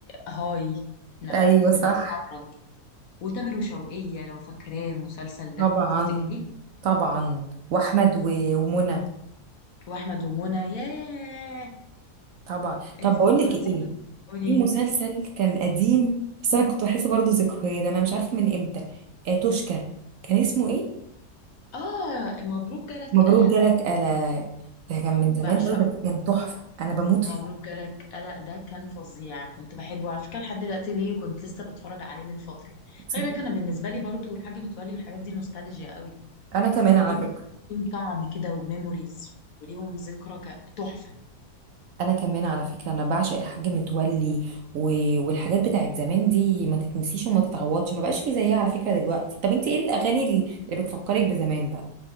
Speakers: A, on the left (about 60°); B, on the right (about 65°).
A: آه، هاي احنا
B: ايوه
A: بنتفرج
B: صح
A: وتامر وشوقية لو فاكراه المسلسل ده
B: طبعا
A: تفتكريه
B: طبعا واحمد و- ومنى
A: واحمد ومنى ياه
B: طبعا طب
A: انت
B: بقول
A: فكرتيني
B: لك ايه
A: قولي
B: في مسلسل كان قديم بس انا كنت بحس برضو ذكريات انا مش عارفه من امتى آه توشكا كان اسمه ايه
A: اه مبروك جالك
B: مبروك
A: قلق
B: جالك قلا ده كان من
A: بعشقه
B: زمان قوي بس كان تحفه انا بموت فيه
A: مبروك جالك قلق ده كان فظيع كنت بحبه على فكرة لحد دلوقتي بيه وكنت لسه بتفرج عليه من فترة
B: تصدق؟
A: خلي بالك أنا بالنسبة لي برضو الحاج متولي والحاجات دي نوستالجيا قوي يعني
B: انا كمان على
A: ليهم
B: فكره
A: ليهم طعم كده وميموريز وليهم ذكرى ك- تحفة
B: انا كمان على فكره انا بعشق الحاج متولي و... والحاجات بتاعت زمان دي ما تتنسيش وما تتعوضش ما بقاش في زيها على فكره دلوقتي طب انت ايه الاغاني اللي اللي بتفكرك بزمان بقى